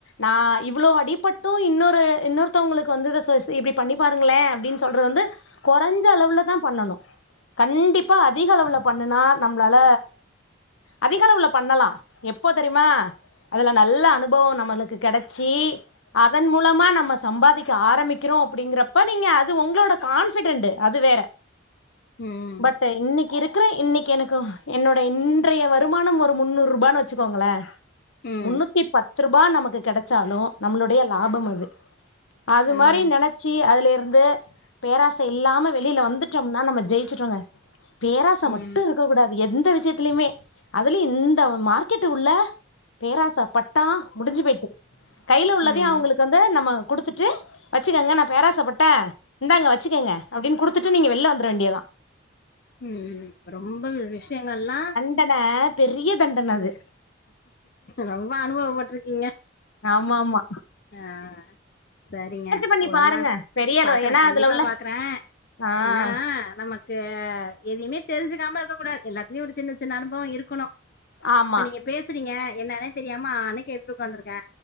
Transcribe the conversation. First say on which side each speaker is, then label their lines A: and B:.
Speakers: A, on the left; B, on the left.
A: நா இவ்ளோ அடிப்பட்டு இன்னொரு இன்னொருத்தவங்களுக்கு வந்து இத சோ செ இப்டி பண்ணி பாருங்களே அப்டின் சொல்றது வந்து கொறஞ்ச அளவுலதா பண்ணணு கண்டிப்பா அதிக அளவுல பண்ணுனா நம்ளால அதிக அளவுல பண்ணலா எப்போ தெரிமா அதுல நல்ல அனுபவோ நம்மளுக்கு கெடச்சி அதன் மூலமா நம்ம சம்பாதிக்க ஆரம்பிக்கிறோ அப்டிங்கறப்ப நீங்க அது உங்களோட கான்பிடன்ட் அது வேற
B: ம்
A: பட் இன்னைக்கி இருக்கற இன்னைக்கி எனக்கு என்னோட இன்றைய வருமானம் ஒரு முன்னூறு ரூபான்னு வெச்சுக்கோங்களே
B: ம்
A: முன்னூத்தி பத்து ரூபா நமக்கு கெடச்சாலு நம்மளுடைய லாபம் அது அது
B: ம்
A: மாரி நெனச்சி அதுல இருந்து பேராசை இல்லாம வெளியில வந்துட்டோம்னா நம்ம ஜெயிச்சி டோங்க பேராசை மட்டு
B: ம்
A: இருக்கக் கூடாது எந்த விஷயத் திலிமே அதுலயு இந்த மார்க்கெட் உள்ள பேராசப்பட் டோ முடிஞ்சு போயிட்டு கையில உள்ளதயு
B: ம்
A: அவுங்களுக்கு வந்து நம்ம குடுத்துட்டு வச்சுக்கங்க நா பேராசப்பட்ட இந்தாங்க வச்சுக்கங்க அப்டின்னு குடுத்துட்டு நீங்க வெளில வந்துர வேண்டியத்தா
B: ம் ரொம்ப விஷியங்கள்ளா
A: தண்டன பெரிய தண்டன அது
B: ரொம்ப அனுபவபட்டு இருக்கீங்க
A: ஆமாம்மா
B: அ சரிங்க
A: பண்ணி
B: ஒரு
A: பாருங்க
B: நா
A: பெரிய அளவு
B: பாக்குறே
A: ஏன்னா
B: கண்டிப்பா
A: அதுல உள்ள
B: பாக்குறே
A: ஆஹ்
B: ஏனா நமக் த்த எதயுமே தெரிஞ்சுக்காம இருக்க கூடாது எல்லாத்துலயு ஒரு சின்ன சின்ன அனுபவோ இருக்குணு
A: ஆமா
B: இப்ப நீங்க பேசுறீங்க என்னன்னே தெரியாம ஆ னு கேட்டுட்டு உக்காந்துருக்க